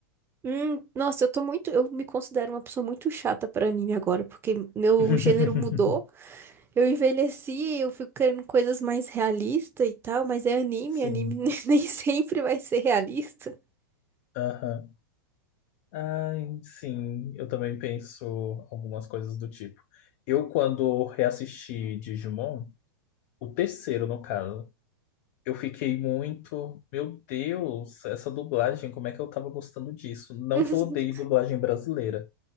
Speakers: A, on the right; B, on the left.
A: Hum, nossa, eu tô muito, eu me considero uma pessoa muito chata para anime agora, porque meu
B: <laughs>
A: gênero mudou. Eu envelheci, eu fico querendo coisas mais realistas e tal, mas é anime,
B: Sim.
A: anime <laughs> nem sempre vai ser realista.
B: Aham. Ai, sim. Eu também penso algumas coisas do tipo. Eu, quando reassisti Digimon, o terceiro, no caso, eu fiquei muito. Meu Deus, essa dublagem, como é que eu tava gostando disso? Não
A: <laughs>
B: que eu odeie dublagem brasileira.